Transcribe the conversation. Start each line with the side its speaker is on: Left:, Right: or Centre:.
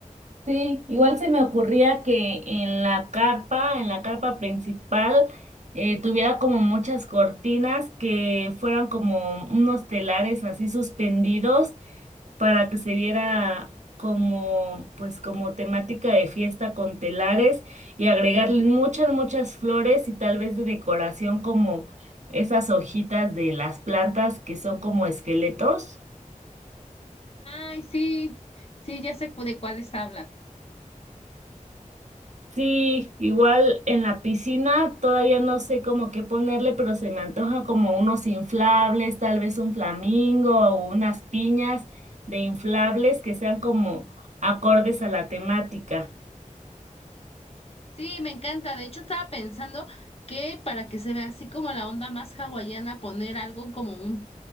Right: Sí, igual se me ocurría que en la carpa, en la carpa principal, eh, tuviera como muchas cortinas que fueran como unos telares así suspendidos para que se viera como, pues, como temática de fiesta con telares y agregarle muchas, muchas flores y tal vez de decoración como esas hojitas de las plantas que son como esqueletos.
Left: Ay, sí, sí, ya sé cu- de cuáles hablas.
Right: Sí, igual en la piscina todavía no sé cómo qué ponerle, pero se me antoja como unos inflables, tal vez un flamingo o unas piñas de inflables que sean como acordes a la temática.
Left: Sí, me encanta. De hecho, estaba pensando que para que se vea así como la onda más hawaiana, poner algo como un,